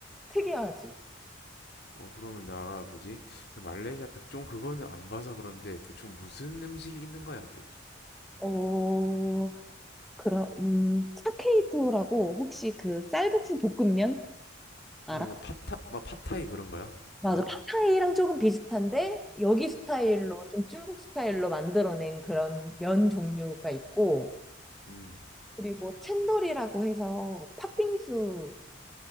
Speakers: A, in the centre; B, on the left.
A: 특이하지?
B: 어, 그러면 나 뭐지? 그 말레이시아 백종 그거는 안 봐서 그런데 대충 무슨 음식이 있는 거야? 대충.
A: 어, 그럼, 음, 차케이토라고 혹시 그 쌀국수 볶음면 알아?
B: 어, 뭐 파타, 막 파타이 그런 거야?
A: 맞아.
B: 그거?
A: 팟타이랑 조금 비슷한데, 여기 스타일로,
B: 음,
A: 좀 중국 스타일로 만들어낸 그런 면 종류가 있고,
B: 음.
A: 그리고 챈돌이라고 해서 팥빙수처럼